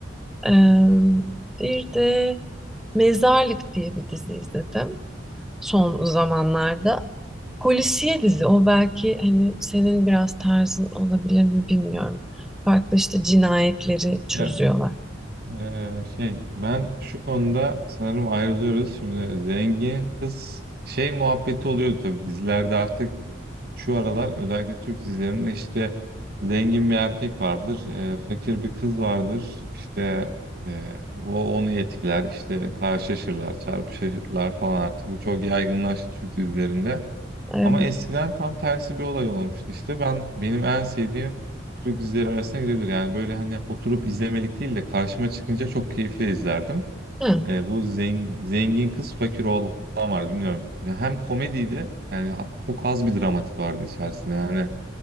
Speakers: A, in the centre; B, on the right (about 50°).
A: Ee, bir de Mezarlık diye bir dizi izledim son zamanlarda. Polisiye dizi o belki hani senin biraz tarzın olabilir mi bilmiyorum. Farklı işte cinayetleri çözüyorlar.
B: Ya e, şey ben şu konuda sanırım ayrılıyoruz. Şimdi zengin kız şey muhabbeti oluyor tabii dizilerde artık şu aralar özellikle Türk dizilerinde işte zengin bir erkek vardır, e, fakir bir kız vardır. İşte e, o onu etkiler, işte karşılaşırlar, çarpışırlar falan artık. Bu çok yaygınlaştı Türk dizilerinde.
A: Evet.
B: Ama eskiden tam tersi bir olay olmuştu işte. Ben benim en sevdiğim Türk dizileri arasına girebilir. Yani böyle hani oturup izlemelik değil de karşıma çıkınca çok keyifle izlerdim.
A: Ha.
B: Ee, bu zengin, zengin kız fakir oğlan vardı bilmiyorum. Ya hem komediydi yani hat- çok az bir dramatik vardı içerisinde. Yani